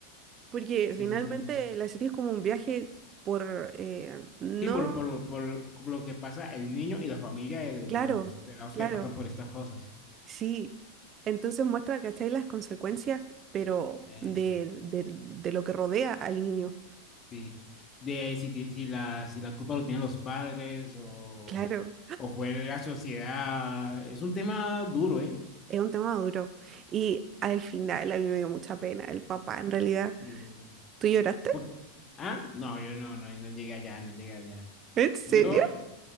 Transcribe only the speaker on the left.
Sí,
sí, sí.
Sí, por, por, por, lo que pasa el niño y la familia del-
de, los pelados
que pasan por estas cosas.
Eh,
sí.
sí. De si, ti- si, la, si la culpa lo tienen los padres o,
o fue la sociedad. Es un tema duro, ¿eh?
Sí.
Porque- ah, no, yo no, no, no llegué allá, no llegué allá.
Yo,